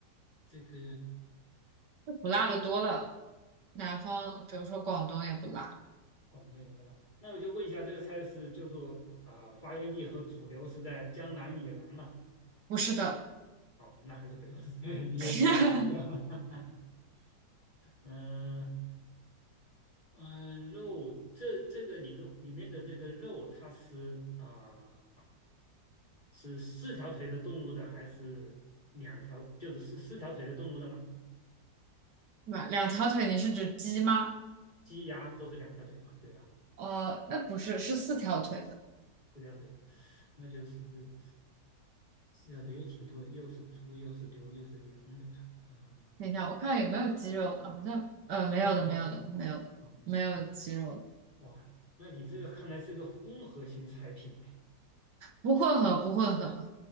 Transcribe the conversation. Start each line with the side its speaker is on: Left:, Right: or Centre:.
Left: 这个
Right: 不辣的多了。南方，比如说广东也不辣，
Left: 广东也不辣，那我就问一下，这个菜是就说啊、发源地和主流是在江南以南吗？
Right: 不是的。
Left: 哦，那还是北方菜，<laughs> 你又误导我了。
Right: <laughs>
Left: <laughs> 嗯嗯，肉这这个里头里面的这个肉，它是啊、啊是四条腿的动物的，还是两条？就是是四条腿的动物的吗？
Right: 两两条腿，你是指鸡吗？
Left: 鸡鸭都是两条腿嘛，对吧？
Right: 哦，那不是，是四条腿的。
Left: 四条腿的，那就是四条腿也挺多的，又是猪，又是牛，又是羊的啊。
Right: 等一下，我看有没有鸡肉的，好像呃没有的，
Left: 哦
Right: 没有的，没有的，
Left: 哦哦，
Right: 没有鸡肉的，
Left: 哇，那你这个看来是个混合型菜品呢，
Right: 不混合，不混合，